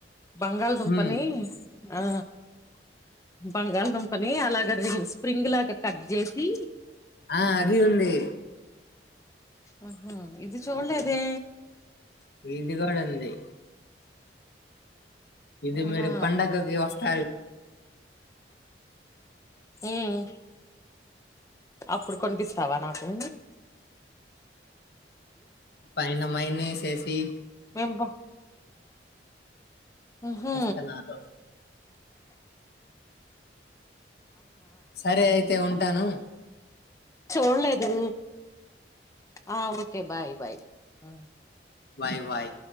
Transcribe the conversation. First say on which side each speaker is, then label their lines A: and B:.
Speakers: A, on the left (about 15°); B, on the left (about 60°).
A: బంగాళదుంపని
B: ఉమ్
A: ఆ బంగాల్ దుంప్ పని అలాగ రింగ్ స్ప్రింగ్ లాగా కట్ జేసి
B: ఆ అది ఉంది
A: ఉహు ఇది చూలే దే
B: ఇది గూడా ఉంది ఇది
A: అవునా
B: మరి పండగకి వస్తాది
A: మ్మ్ అప్పుడు కొనిపిస్తావా నాకు
B: పైన మైనస్ ఏసి
A: మేము బ ఊహు
B: ఇస్తున్నారు సరే అయితే ఉంటాను
A: చూళ్ళేదు ఆ ఓ ఓకే బాయ్ బాయ్ మ్మ్
B: బాయ్ బాయ్